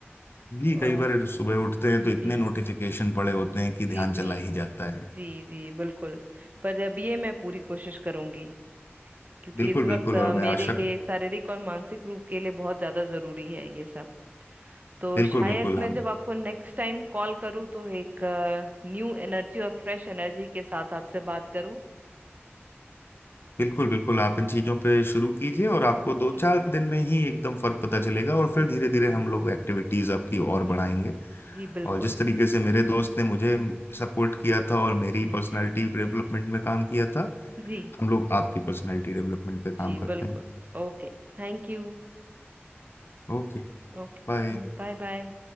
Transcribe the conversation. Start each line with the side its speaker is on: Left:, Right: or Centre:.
Left: जी
Right: और
Left: कई बार सुबह उठते हैं
Right: जी
Left: तो इतने नोटिफिकेशन पड़े होते हैं कि
Right: जी
Left: ध्यान चला
Right: जी
Left: ही जाता है
Right: जी जी बिल्कुल पर अब ये मैं पूरी कोशिश करूंगी क्योंकि
Left: बिल्कुल
Right: इस वक्त
Left: बिल्कुल
Right: अ,
Left: और
Right: मेरे
Left: मैं आशा
Right: शारीरिक और मानसिक रूप के लिए बहुत ज्यादा जरूरी है ये सब तो
Left: बिल्कुल
Right: शायद
Left: बिल्कुल हम
Right: मैं जब आपको नेक्स्ट टाइम कॉल करूं तो एक न्यू एनर्जी और फ्रेश एनर्जी के साथ आपसे बात करूं
Left: बिल्कुल बिल्कुल आप इन चीजों पे शुरू कीजिए और आपको दो
Right: जी
Left: चार दिन में ही एकदम फर्क पता चलेगा और
Right: जी
Left: फिर धीरे
Right: जी
Left: धीरे हम लोग एक्टिविटीज आपकी और
Right: जी
Left: बढ़ाएंगे
Right: जी बिल्कुल
Left: और जिस तरीके से मेरे दोस्त ने मुझे सपोर्ट किया था और मेरी
Right: जी
Left: पर्सनालिटी डेवलपमेंट
Right: <laughs>
Left: में काम किया था
Right: जी
Left: हम लोग आपकी पर्सनालिटी डेवलपमेंट पे काम
Right: जी
Left: करते
Right: बिल्कुल
Left: हैं
Right: Okay Thank you
Left: ओके
Right: Okay
Left: बाय
Right: bye bye